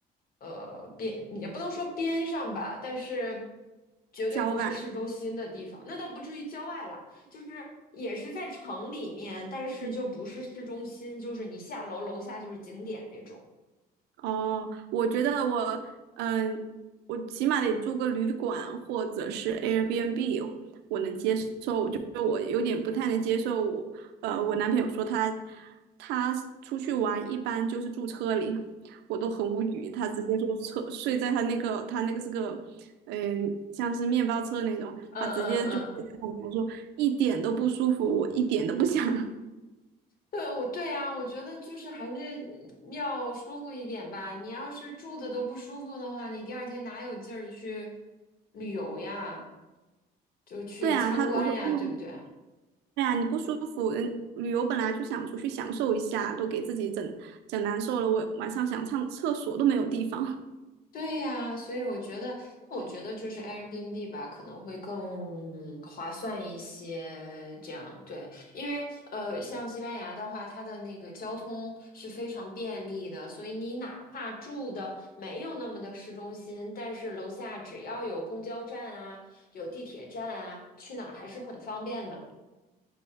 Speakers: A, on the left; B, on the right.
A: 呃，边也不能说边上吧，但是绝对不是市中心的地方。
B: 郊外。
A: 那倒不至于郊外啦。就是也是在城里面，但是就不是市中心，
B: 嗯
A: 就是你下楼楼下就是景点那种。
B: 哦，我觉得我，嗯、我起码得住个旅馆或者是 Airbnb，我能接受。就我有点不太能接受我，呃，我男朋友说他他出去玩一般就是住车里，我都很无语。他直接说车睡在他那个他那个是个，呃，像是面包车那种，
A: 嗯嗯嗯，
B: 他直接就睡在旁边我说一点都不舒服，我一点都不想。<laughs>
A: 对，我对呀，我觉得就是还是要舒服一点吧。你要是住的都不舒服的话，你第二天哪有劲儿去旅游呀？就去参观呀，
B: 对啊，他我说嗯
A: 对不对？
B: 对啊，你不舒服，嗯，旅游本来就想出去享受一下，都给自己整整难受了，我晚上想上厕所都没有地方。
A: 对呀，所以我觉得，那我觉得就是 Airbnb 吧，可能会更划算一些。这样对，因为呃，像西班牙的话，它的那个交通是非常便利的，所以你哪怕住的没有那么的市中心，但是楼下只要有公交站啊，有地铁站啊，去哪儿还是很方便的。